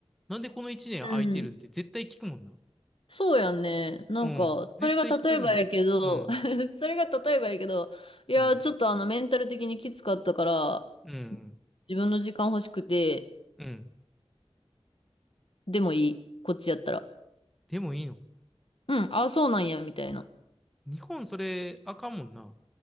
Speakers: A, in the centre; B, on the left.
A: なんでこの一年空いてるんって絶対聞くもんな。
B: うんそうやんね。なんか、
A: うん。絶対聞かれるもん。
B: それが例えばやけど、
A: うん。
B: <laughs> それが例えばやけど、いや、
A: うん。
B: ちょっとあの、メンタル的にきつかったから、
A: うん。
B: 自分の時間欲しくて、
A: うん。
B: でもいい。こっちやったら。
A: でもいいの。
B: うん、あそうなんや、みたいな。
A: 日本それあかんもんな。